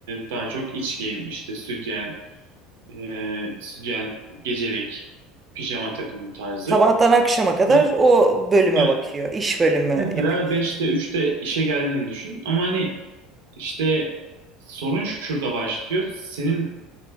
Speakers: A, on the right; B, on the right.
A: daha çok iç giyim işte sütyen, e, sütyen, gecelik, pijama takımı tarzı.
B: Sabahtan akşama kadar
A: Yani,
B: o bölüme
A: yani
B: bakıyor. İş bölümü
A: mesela
B: yapıyorsun.
A: beşte üçte işe geldiğini düşün ama hani işte sorun şurada başlıyor. Senin